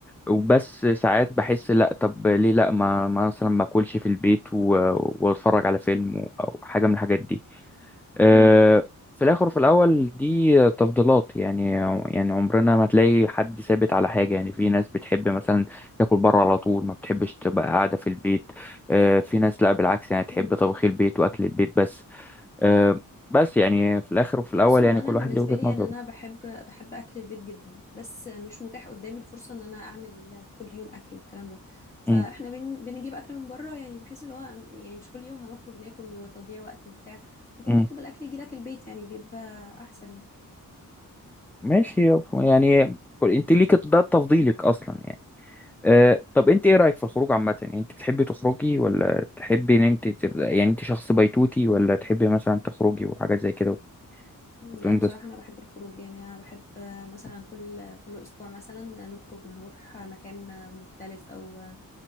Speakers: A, in the centre; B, on the left.
A: وبس ساعات بحس لا طب ليه لا ما ما مثلا ما اكلش في البيت و- واتفرج على فيلم او حاجه من الحاجات دي آه،
B: مم.
A: في الاخر وفي الاول دي تفضيلات يعني يعني عمرنا ما تلاقي حد ثابت على حاجه يعني في ناس بتحب مثلا تاكل بره على طول ما بتحبش تبقى قاعده في البيت آه، في ناس لا بالعكس يعني تحب
B: مم.
A: طبخي البيت واكل البيت بس آه، بس يعني في الاخر وفي الاول
B: بص هو
A: يعني
B: انا
A: كل
B: بالنسبه
A: واحد ليه وجهه
B: لي
A: نظره
B: يعني انا بحب بحب اكل البيت جدا بس مش متاح قدامي الفرصه ان انا اعمل كل يوم اكل والكلام ده فاحنا
A: مم،
B: بن... بنجيب اكل من بره يعني بحيث اللي هو يعني مش كل يوم هنخرج ناكل وتضييع وقت وبتاع انت
A: مم.
B: بتطلب الاكل يجي لك البيت يعني بيبقى احسن يعني
A: ماشي يعني كل- انت ليك ده تفضيلك اصلا يعني أه طب انت ايه رأيك في الخروج عامة يعني انت بتحبي تخرجي ولا تحبي ان انت تبقى يعني انت شخص بيتوتي ولا تحبي مثلا تخرجي وحاجات زي كده
B: لا
A: وتنبسطي
B: بصراحة أنا بحب الخروج يعني أنا بحب آه، مثلا كل كل أسبوع مثلا نخرج نروح مكان آه، مختلف أو آه،